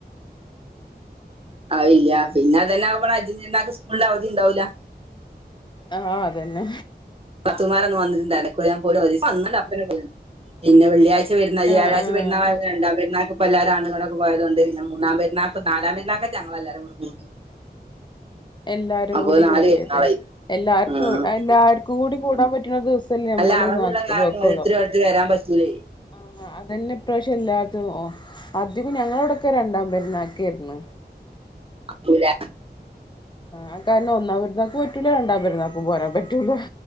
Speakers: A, on the right; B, on the left.
A: അത് ഇല്ല പിന്നെ അതന്നെ ബാള് അജ്ജ്ന്റെ ര്ന്നാക്ക് സ്കൂളിന്റെ അവധി ണ്ടാവൂല്ല
B: ആഹ് അതന്നെ
A: നാത്തൂമാരൊന്ന് വന്ന്ണ്ടാക്കോ ഞാൻ പോയി ഒരീസം വന്ന് അപ്പന പോയി പിന്നെ വെള്ളിയാഴ്ച വരുന്ന വ്യാഴാഴ്ച
B: ആഹ് ആഹ്
A: പേ പെരുന്നാൾ രണ്ടാം പെുന്നാക്ക് ഇപ്പം എല്ലാരും ആണ്ട്ങ്ങട്ടൊക്ക പോയതോണ്ട് പിന്ന മൂന്നാം പരുന്നാക് നാലാം പെരുന്നാക്കറ്റേ ഞങ്ങളല്ലാരും കൂടി
B: എല്ലാരും
A: അപ്പൊ
B: കൂടി
A: നാല്
B: കൂടിയത്
A: പെരുന്നാളായി
B: എല്ലര്ക്കും
A: ഉം
B: എല്ലാര്ക്കുകൂടി കൂടാൻ പറ്റ്ണ ദിവസം ഇപ്പല്ലേ മ്മള്
A: അല്ല അറിവുള്ള
B: നാല്പത്
A: കാരണം
B: ഒക്കെ
A: ഓരോരുത്തര്
B: ഒഴിവാക്കും
A: ഓരോരുത്തര് വരാൻ പറ്റൂലേ
B: ആഹ് അതന്നെ ഇപ്രാവശ്യം എല്ലാതും അതികം ഞങ്ങളോടൊക്കെ രണ്ടാം പരുന്നാക്കേര്ന്ന്
A: എത്തൂല
B: ആഹ് കാരണം ഒന്നാ പരുന്നാക്കു പറ്റൂല രണ്ടാം പരുന്നാക്കു പോരാൻ പറ്റൂല